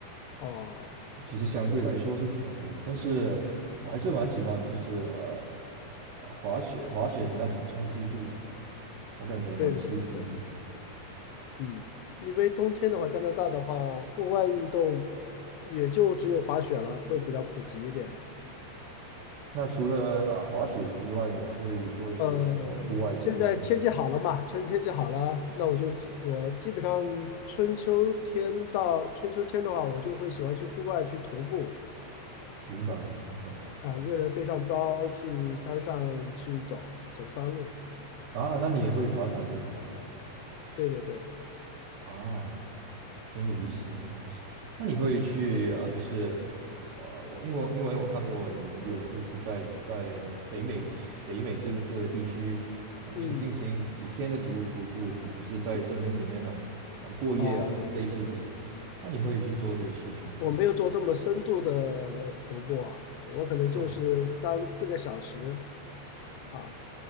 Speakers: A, on the left (about 85°); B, on the right (about 75°).
A: 哦，
B: 其实相对来说是比较贵，但是我还是蛮喜欢就是呃滑雪滑雪的那种冲击度吧，我感觉蛮刺激的。
A: 对对对对，嗯，因为冬天的话，加拿大的话，户外运动也就只有滑雪了，会比较普及一点。
B: 那除了啊滑雪之外，你还会做一些什么户外的东西吗？
A: 呃，现在天气好了嘛，春天气好了，那我就基我基本上春秋天到春秋天的话，我就会喜欢去户外去徒步。
B: 明白明白
A: 啊，一个人背上包去山上去走走山路。
B: 啊，那你也会爬山对吧？
A: 对对对，
B: 啊，真有意思，真有意思。那你会去啊、呃就是我我因为我因为我看过有有人也是在在北美的是北美这个这个地区啊、就是进行几天的徒徒步，
A: 嗯，
B: 可能是在森林里面呢啊、过夜啊，
A: 哦，
B: 类似这种。那你会去做这些事情吗？
A: 我没有做这么深度的徒步啊，我可能就是三四个小时
B: 啊
A: 啊